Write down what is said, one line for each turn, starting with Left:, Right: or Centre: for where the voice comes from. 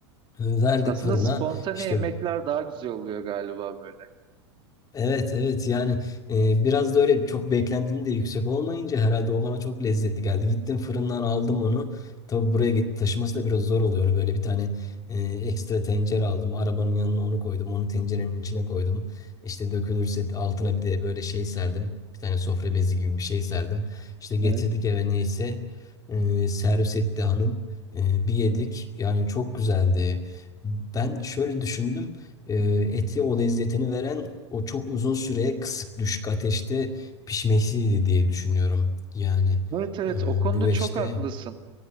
Left: Verdik
Right: Aslında
Left: fırına
Right: spontane
Left: işte
Right: yemekler daha güzel oluyor galiba böyle.
Left: Evet evet yani e, biraz da öyle çok beklentim de yüksek olmayınca herhalde o bana çok lezzetli geldi. Gittim fırından aldım onu. Tabii buraya git taşıması da biraz zor oluyor. Böyle bir tane e, ekstra tencere aldım. Arabanın yanına onu koydum. Onu tencerenin
Right: Hı hı.
Left: içine koydum. İşte dökülürse altına bir de böyle şey serdim. Bir tane sofra bezi gibi bir şey serdim. İşte getirdik
Right: Evet.
Left: eve neyse. E, servis etti hanım. E, bir yedik. Yani çok güzeldi. Ben şöyle düşündüm. E, eti o lezzetini veren o çok uzun süre kısık düşük ateşte pişmesiydi diye düşünüyorum. Yani
Right: Evet evet
Left: e,
Right: o konuda
Left: güveçte.
Right: çok haklısın.